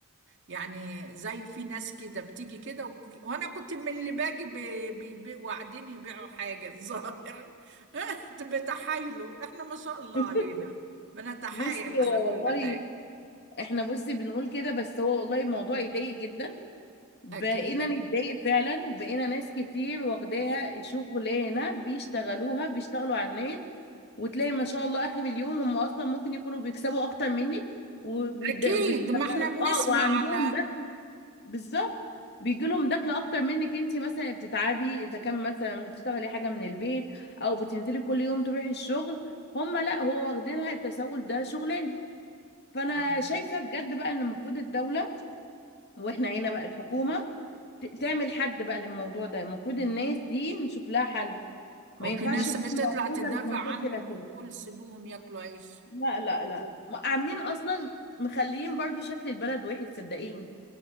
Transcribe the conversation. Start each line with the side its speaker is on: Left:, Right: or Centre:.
Right: يعني زي في ناس كده بتيجي كده و... وانا كنت من اللي باجي ب... ب... ب... وقاعدين يبيعوا حاجة الظاهر <laughs> بتحايلوا احنا ما شاء الله
Left: <laughs>
Right: علينا بنتحايل
Left: بصي هو
Right: على كل
Left: والله
Right: حاجة
Left: احنا بصي بنقول كده بس هو والله الموضوع يضايق جدا بقينا
Right: اكيد
Left: نتضايق فعلا بقينا ناس كتير واخداها شغلانة بيشتغلوها بيشتغلوا على الناس وتلاقي ما شاء الله اخر اليوم هم اصلا ممكن يكونوا بيكسبوا اكتر منك وبيدخلوا
Right: اكيد ما احنا بنسمع
Left: اه وعندهم
Right: على
Left: ده بالظبط بيجي لهم دخل اكتر منك انت مثلا بتتعبي
Right: اكيد
Left: اذا كان مثلا بتشتغلي حاجه من البيت او بتنزلي كل يوم تروحي الشغل هم لا هو واخدينها التسول ده شغلانه فانا
Right: اه
Left: شايفه بجد بقى ان المفروض الدوله واحنا هنا بقى الحكومه ت- تعمل حد بقى للموضوع ده المفروض الناس دي نشوف لها حل ما
Right: وفي
Left: ينفعش
Right: ناس
Left: تكون
Right: بتطلع
Left: موجوده
Right: تدافع
Left: منتشره
Right: عنهم
Left: كده
Right: وتقول سيبوهم ياكلوا عيش
Left: لا لا لا عاملين اصلا مخليين برضو شكل البلد وحش صدقيني